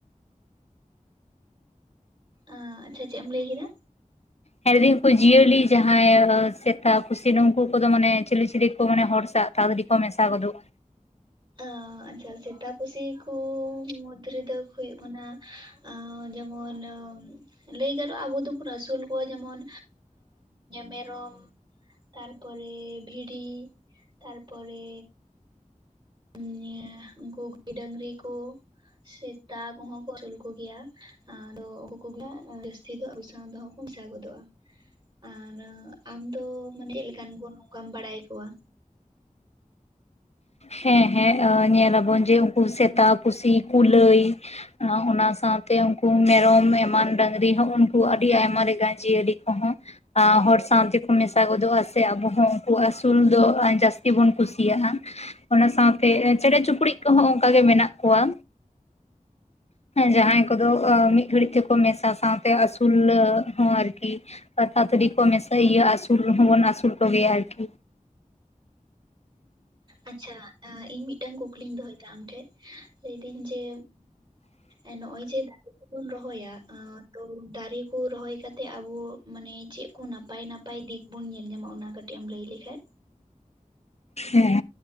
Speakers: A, on the right; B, on the left.
A: ᱟᱸ ᱟᱪᱪᱷᱟ ᱪᱮᱫ ᱮᱢ ᱞᱟᱹᱭ ᱠᱮᱫᱟ᱾
B: <unintelligible> ᱠᱚ ᱡᱤᱭᱟᱹᱞᱤ ᱡᱟᱦᱟᱸᱭ ᱥᱮᱛᱟ ᱠᱩᱥᱤ ᱱᱩᱝᱠᱩ ᱠᱚᱫᱚ ᱢᱟᱱᱮ ᱪᱤᱞᱤ ᱪᱤᱞᱤ ᱠᱚ ᱢᱟᱱᱮ ᱦᱚᱲ ᱥᱟ ᱛᱟᱲᱟᱛᱟᱲᱤ ᱠᱚ ᱢᱮᱥᱟ ᱜᱚᱫᱚᱜᱼᱟ᱾
A: ᱟᱸ ᱟᱪᱪᱷᱟ ᱥᱮᱛᱟ ᱯᱩᱥᱤ ᱠᱚ ᱢᱩᱫᱽ ᱨᱮᱫᱚ ᱦᱩᱭᱩᱜ ᱠᱟᱱᱟ ᱟᱸ ᱡᱮᱢᱚᱱ ᱞᱟᱹᱭ ᱜᱟᱱᱚᱜᱼᱟ ᱟᱵᱚ ᱫᱚᱵᱚᱱ ᱟᱹᱥᱩᱞ ᱠᱚᱣᱟ ᱟᱸ ᱡᱮᱢᱚᱱ ᱢᱮᱨᱚᱢ, ᱛᱟᱨᱯᱚᱨᱮ ᱵᱷᱤᱲᱤ, ᱛᱟᱨᱯᱚᱨᱮ <unintelligible> ᱩᱱᱠᱩ ᱜᱟᱹᱭ ᱰᱟᱝᱨᱤ ᱠᱚ ᱥᱮᱛᱟ ᱠᱚᱦᱚᱸ ᱠᱚ ᱟᱹᱥᱩᱞ ᱠᱚ ᱜᱮᱭᱟ᱾ ᱟᱫᱚ ᱩᱱᱠᱩ ᱠᱚᱜᱮ ᱡᱟᱹᱥᱛᱤ ᱫᱚ ᱟᱵᱩ ᱥᱟᱶ ᱫᱚ ᱦᱟᱸ ᱠᱚ ᱢᱮᱥᱟ ᱜᱚᱫᱚᱜᱼᱟ᱾ ᱟᱨ ᱟᱢᱫᱚ ᱢᱟᱱᱮ ᱪᱮᱫ ᱞᱮᱠᱟᱱ ᱠᱚ ᱱᱚᱝᱠᱟᱢ ᱵᱟᱲᱟᱭ ᱟᱠᱚᱣᱟ᱾
B: ᱦᱮᱸ ᱦᱮᱸ ᱟ ᱧᱮᱞᱟᱵᱚᱱ ᱡᱮ ᱩᱱᱠᱩ ᱥᱮᱛᱟ ᱯᱩᱥᱤ ᱠᱩᱞᱟᱹᱭ᱾ ᱚᱱᱟ ᱥᱟᱶᱛᱮ ᱩᱱᱠᱩ ᱢᱮᱨᱚᱢ ᱮᱢᱟᱱ ᱰᱟᱝᱨᱤ ᱦᱚᱸ ᱩᱱᱠᱩ ᱟᱹᱰᱤ ᱟᱭᱢᱟ ᱞᱮᱠᱟᱱ ᱡᱤᱭᱟᱹᱞᱤ ᱠᱚᱦᱚᱸ ᱟᱸ ᱦᱚᱲ ᱥᱟᱶ ᱛᱮᱠᱚ ᱢᱮᱥᱟ ᱜᱚᱫᱚᱜᱼᱟ ᱥᱮ ᱟᱵᱚ ᱦᱚᱸ ᱩᱱᱠᱩ ᱟᱹᱥᱩᱞ ᱫᱚ ᱡᱟᱹᱥᱛᱤ ᱵᱚᱱ ᱠᱩᱥᱤᱭᱟᱜᱼᱟ᱾ ᱚᱱᱟ ᱥᱟᱶᱛᱮ ᱪᱮᱬᱮ ᱪᱩᱯᱲᱩᱫ ᱠᱚᱦᱚᱸ ᱚᱱᱠ ᱜᱮ ᱢᱮᱱᱟᱜ ᱠᱚᱣᱟ᱾ ᱡᱟᱦᱟᱸᱭ ᱠᱚᱫᱚ ᱢᱤᱫ ᱜᱷᱟᱹᱲᱤᱡ ᱛᱮᱠᱚ ᱢᱮᱥᱟ ᱥᱟᱶᱛᱮ ᱟᱹᱥᱩᱞ ᱦᱚᱸ ᱟᱨᱠᱤ᱾ ᱯᱟᱛᱟ ᱛᱟᱹᱲᱤ ᱠᱚ ᱢᱮᱥᱟ ᱤᱭᱟᱹ ᱟᱹᱥᱩᱞ ᱨᱮᱦᱚᱸ ᱵᱚᱱ ᱟᱹᱥᱩᱞ ᱠᱚᱜᱮᱭᱟ ᱟᱨᱠᱤ᱾
A: ᱟᱪᱪᱷᱟ ᱤᱧ ᱢᱤᱫᱴᱟᱝ ᱠᱩᱠᱞᱤᱧ ᱫᱚᱦᱚᱭᱮᱫᱟ ᱟᱢᱴᱷᱮᱱ ᱞᱟᱹᱭᱫᱟᱹᱧ ᱡᱮ ᱩ ᱱᱚᱜᱼᱚᱭ ᱡᱮ ᱫᱟᱨᱮ ᱠᱚᱵᱩᱱ ᱨᱚᱦᱚᱭᱟ ᱟᱸᱜ ᱛᱚ ᱫᱟᱨᱮ ᱠᱚ ᱨᱚᱦᱚᱭ ᱠᱟᱛᱮᱜ ᱟᱵᱚ ᱢᱟᱱᱮ ᱪᱮ ᱠᱚ ᱱᱟᱯᱟᱭ ᱱᱟᱯᱟᱭ ᱫᱤᱠ ᱵᱚᱱ ᱧᱮᱞ ᱧᱟᱢᱟ ᱚᱱᱟ ᱠᱟᱹᱴ ᱴᱤᱡ ᱮᱢ ᱞᱟᱹᱭ ᱞᱮᱠᱷᱟᱡ
B: ᱦᱮᱸ᱾